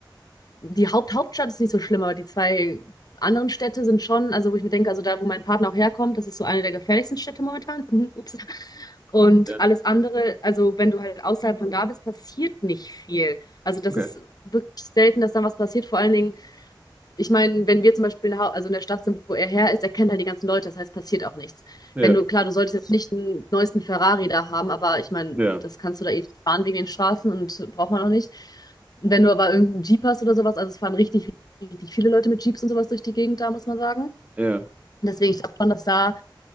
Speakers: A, on the left; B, on the right.
A: die Haupt Hauptstadt ist nicht so schlimm, aber die zwei anderen Städte sind schon, also wo ich mir denke, also da, wo mein Partner auch herkommt, das ist so eine der gefährlichsten Städte momentan. <laughs> Ups. Und
B: ja,
A: alles andere, also wenn du halt außerhalb von da bist, passiert nicht viel. Also das
B: okay.
A: ist wirklich selten, dass dann was passiert. Vor allen Dingen ich meine, wenn wir zum Beispiel in der, Hau- also in der Stadt sind, wo er her ist, er kennt halt die ganzen Leute, das heißt, passiert auch nichts.
B: Ja,
A: Wenn du, klar, du solltest jetzt nicht den neuesten Ferrari da haben, aber ich meine,
B: ja,
A: das kannst du da eh nicht fahren wegen den Straßen und braucht man auch nicht. Wenn du aber irgendeinen Jeep hast oder sowas, also es fahren richtig, richtig viele Leute mit Jeeps und sowas durch die Gegend da, muss man sagen.
B: ja,
A: Deswegen, ich glaube schon, dass da,